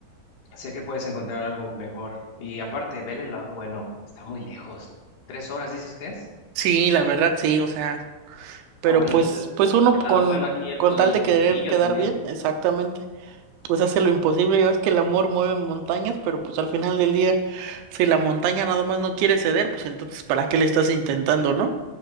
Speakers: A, on the left (about 65°); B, on the right (about 80°).
A: sé que puedes encontrar algo mejor. Y aparte, vele el lado bueno, está muy lejos. ¿Tres horas dices que es?
B: Sí, la verdad, sí, o sea. Pero
A: Ah, bueno,
B: pues,
A: entonces
B: pues uno
A: el
B: con,
A: lado bueno aquí, el,
B: con
A: pol-
B: tal
A: el
B: de
A: bolsillo
B: querer quedar
A: también.
B: bien, exactamente, pues hace lo imposible. Ya ves que el amor mueve montañas, pero pues al final del día, si la montaña nada más no quiere ceder, pues entonces ¿para qué le estás intentando, no?